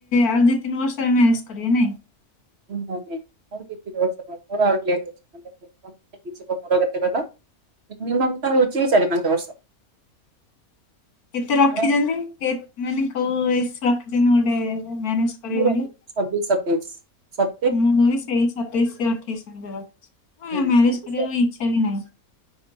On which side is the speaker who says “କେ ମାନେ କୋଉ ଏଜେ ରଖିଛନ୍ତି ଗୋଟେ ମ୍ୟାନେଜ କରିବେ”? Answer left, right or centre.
Left